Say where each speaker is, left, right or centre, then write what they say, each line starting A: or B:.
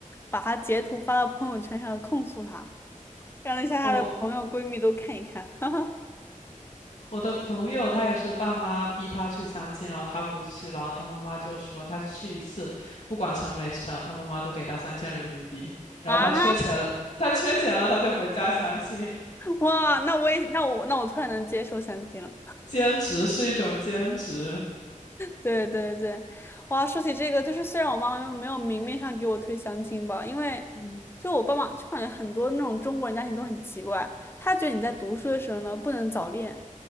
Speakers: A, on the left; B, on the left.
A: 把她截图发到朋友圈上控诉她，让那些她的朋友闺蜜都看一看，
B: 我
A: <laughs> 哈哈。
B: 我的朋友他也是爸妈逼他去相亲，然后他不去，然后他妈妈就说他去一次，不管成没成，他妈妈都给他三千人民币，然后他缺钱了，
A: 啊，
B: 他缺钱了，他就回家相亲。
A: 哇，那我也那我那我突然能接受相亲了。
B: 兼职是一种兼职。
A: 对对对，哇，说起这个，就是虽然我妈妈没有明面上给我推相亲吧，因为就我爸妈就感觉很多那种中国人家庭都很奇怪，
B: 嗯
A: 他觉得你在读书的时候呢不能早恋，
B: 嗯